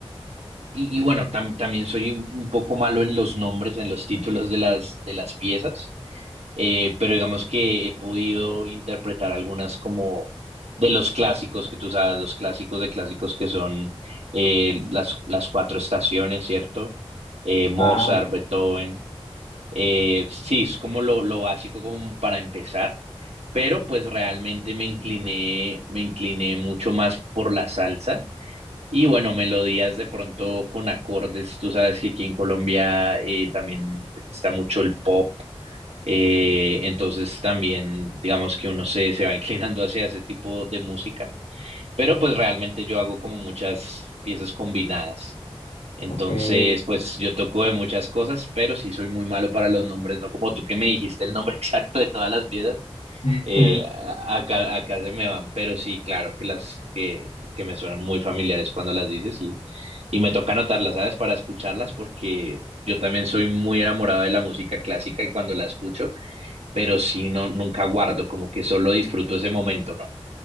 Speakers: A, on the right (about 85°); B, on the left (about 85°).
A: y, y bueno, tam- también soy un, un poco malo en los nombres, en los títulos de las, de las piezas. Eh, pero digamos que he podido interpretar algunas como de los clásicos que tú sabes, los clásicos de clásicos que son eh, las, las cuatro estaciones, ¿cierto? Eh, Mozart,
B: Wow,
A: Beethoven. Eh, sí, es como lo, lo básico como para empezar, pero pues realmente me incliné, me incliné mucho más por la salsa. Y bueno, melodías de pronto con acordes, tú sabes que aquí en Colombia eh, también está mucho el pop eh, entonces también digamos que uno se, se va <laughs> inclinando hacia ese tipo de música, pero pues realmente yo hago como muchas piezas combinadas. Entonces,
B: ok.
A: pues yo toco de muchas cosas, pero sí soy muy malo para los nombres, no como tú que me dijiste el nombre <laughs> exacto de todas las piezas,
B: <laughs>
A: eh, a- acá, acá se me van, pero sí, claro que las que, que me suenan muy familiares cuando las dices y, y me toca anotarlas, ¿sabes? Para escucharlas porque yo también soy muy enamorado de la música clásica y cuando la escucho pero sí, no, nunca guardo, como que solo disfruto ese momento, ¿no?